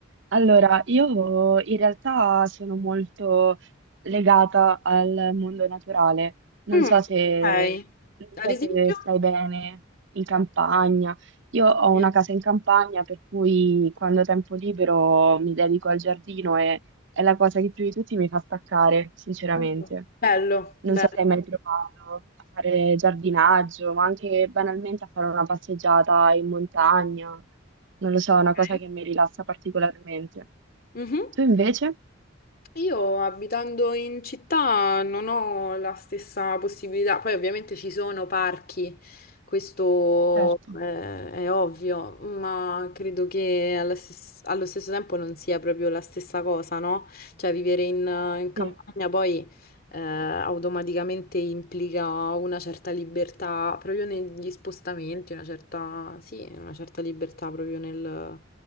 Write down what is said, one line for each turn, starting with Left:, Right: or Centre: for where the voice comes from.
Right: Allora, io in realtà sono molto legata al mondo naturale. Non
Left: Mm,
Right: so se,
Left: ok.
Right: non
Left: Ad
Right: so
Left: esempio?
Right: se stai bene in campagna. Io ho
Left: Sì.
Right: una casa in campagna, per cui quando ho tempo libero mi dedico al giardino e è la cosa che più di tutti mi fa staccare, sinceramente.
Left: Mm. Bello,
Right: Non
Left: bello.
Right: so se hai mai provato a fare giardinaggio, ma anche banalmente a fare una passeggiata in montagna. Non lo so, è una cosa
Left: Ok.
Right: che mi rilassa particolarmente.
Left: Mhm.
Right: Tu invece?
Left: Io abitando in città non ho la stessa possibilità, poi ovviamente ci sono parchi, questo
Right: Certo.
Left: eh, è ovvio, ma credo che alla stes- allo stesso tempo non sia proprio la stessa cosa, no? Cioè vivere in, in campagna
Right: Sì,
Left: poi eh, automaticamente implica una certa libertà proprio negli spostamenti, una certa, sì, una certa libertà proprio nel...